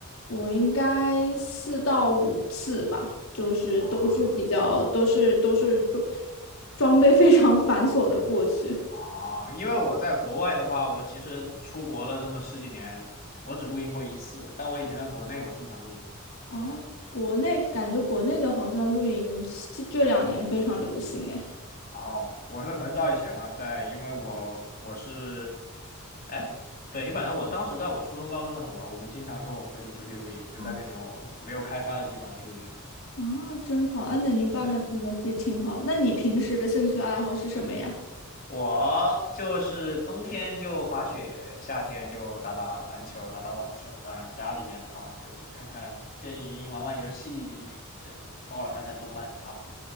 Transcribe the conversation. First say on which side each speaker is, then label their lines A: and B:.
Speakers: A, on the left; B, on the left.
A: 我应该四到五次吧，就是都是比较都是都是装
B: 啊
A: 装备非常繁琐的过去
B: 啊，因为我在国外的话，我其实出国了这么十几年，我只录音过一次，但我以前在国内我经常录音。
A: 啊。
B: 对，
A: 国内感觉国内的好像露营这这两年非常流行哎。
B: 哦，我是很早以前嘛，在因为我我是，哎，对，反正我当时在我初中高中的时候吧，我们经常跟我父亲出去录音，就在那种没有开发的地方去录音。
A: 哦，啊，真好！啊，那你爸爸那个也挺好。
B: 对，
A: 那你平时的兴趣爱好是什么呀？
B: 我就是冬天就滑雪，夏天就打打篮球、打打网球。当然，家里面的话就看看电影、玩玩游戏，对，偶尔看看动漫，差不多。